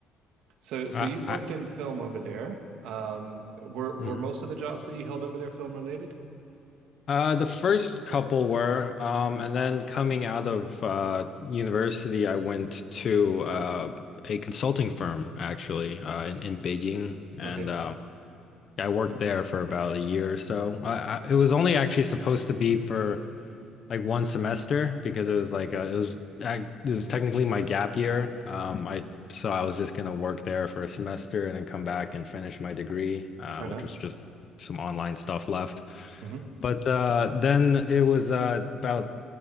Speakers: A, on the right; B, on the left.
A: So, so
B: I,
A: you've worked
B: I
A: in film over there. Um, were were
B: Mhm.
A: most of the jobs that you held over there film related?
B: Uh, the first couple were, um, and then coming out of uh, university, I went to uh, a consulting firm actually uh, in, in Beijing, and
A: Okay.
B: um, I worked there for about a year or so. I, I, it was only actually supposed to be for like one semester because it was like uh it was I, it was technically my gap year. Um, I so I was just gonna work there for a semester and then come back and finish my degree, uh,
A: Right
B: which
A: now.
B: was just some online stuff left.
A: hmm
B: But uh, then it was uh, about